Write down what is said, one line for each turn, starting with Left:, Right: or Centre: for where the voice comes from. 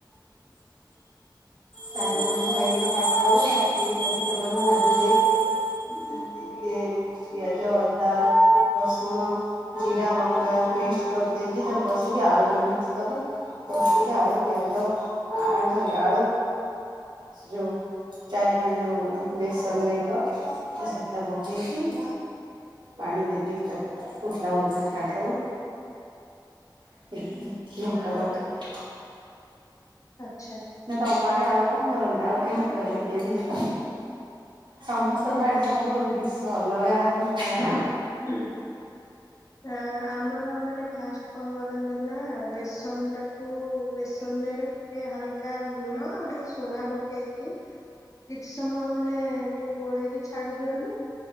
Right: ଚାରି କଣିଆ ସାଇଜ ର କାଟିଦବ, କାଟି ଦେଇକି ତାକୁ ତେଲରେ ଭାଜି ଦେଇକି ଯେ ଟିକେ ପିଆଜ, ଅଦା, ରସୁଣ, ଜିରା ଲଙ୍କା ପେଷ୍ଟ କରିଦେଇକି ତାକୁ କଷିକି, ଆଳୁ ବି ଭାଜିଦବ କଷିକି ଆଳୁ, ପିଆଜ, ସରି ଆଳୁ ସେ ଯଉ ଚାରି କନିଆ ଯୋଉ ବେସନ ନେଇଚ ତ ସେଟା ପକେଇକି ପାଣି ଦେଇ ଦେଇକି ତାକୁ ଫୁଟିଲା ପର୍ଯ୍ୟନ୍ତ ଛାଡିଦେବ <unintelligible>
Left: ଆଛା।
Right: ନା ତମ ଆଡେ ଆଉ କଣ କରନ୍ତି? ଆଉ କେମିତି କରନ୍ତି? ଏମିତି ତ ସମସ୍ତଙ୍କ
Left: ଏମିତି।
Right: ଆଡେ ସବୁ ଡିସ୍ ଅଲଗା ହିଁ ଥାଏ ନା
Left: ହୁଁ। ଆ ଆମର ମାନେ ଫାଷ୍ଟ କଣ କରନ୍ତି ନା, ବେସନ ଟାକୁ ବେସନ ଦିହରେ ଟିକେ ହାଲକା ଲୁଣ ଆଉ ଟିକେ ସୋଢା ପକେଇ କିଛି ସମୟ ମାନେ ଟିକେ ଗୋଳେଇକି ଛାଡି ଦିଅନ୍ତି